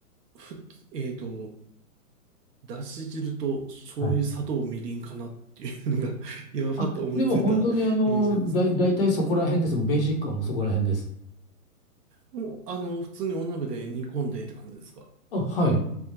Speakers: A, on the right; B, on the left.
A: ふ、えっと、だし汁と醤油、
B: はい。
A: 砂糖、みりんかなっていうのが <laughs> 今パッと思いついたイメージなんですけど。
B: あ、でも本当にあの、だい、だそこら辺です。もうベーシックはもうそこら辺です。
A: もう、あの、普通にお鍋で煮込んでって感じですか
B: あ、はい。